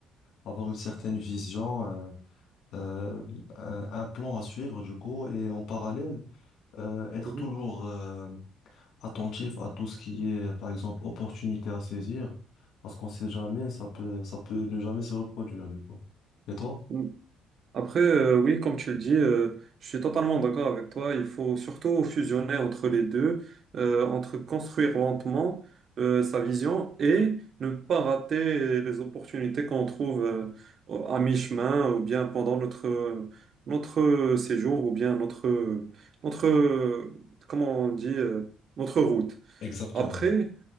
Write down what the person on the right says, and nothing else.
Mhm.
Mm. Après, euh, oui, comme tu le dis, euh, je suis totalement d'accord avec toi. Il faut surtout fusionner entre les deux, euh, entre construire lentement euh, sa vision et ne pas rater les opportunités qu'on trouve euh, au- à mi-chemin ou bien pendant notre, notre séjour ou bien notre, notre, comment on dit, euh, notre route.
Après,